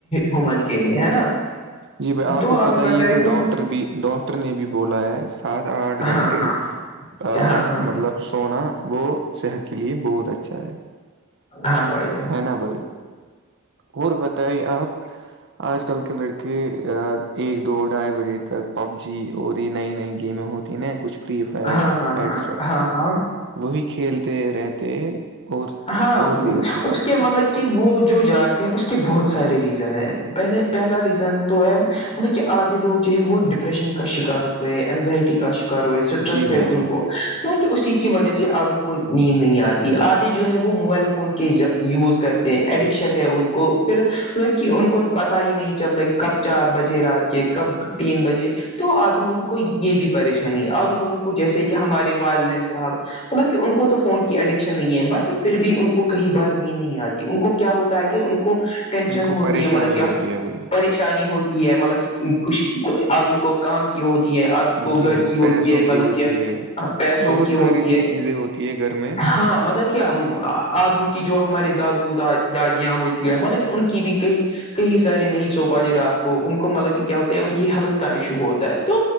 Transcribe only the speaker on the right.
جی بھائی آپ
کو
پت ہی
تو
ڈاکٹر بھی ڈاکٹر نے بھی بولا ہے سات آٹھ گنٹے
آ
مطلب سونا وہ صحت کے لیے بہت اچھا ہے
ہنا بھائی اور بتائی آپ آج کل کے لڑکے ایک دو ڈھائی بجے تک پب جی اور یہ نئی نئی گیم ہوتی نا کچھ فری فائر
اسٹرا
وہی کھیلتے رہتے اور
بہت دیر سے جاگتے
ہیں
جی بھائی
جی
بھائی
ان کو
پریشانی
ہوتی
ہے بھائی
جی بھائی
پیسوں
کی
ہوتی
ہے
بہت
ساری
چیزیں ہوتی ہے گھر میں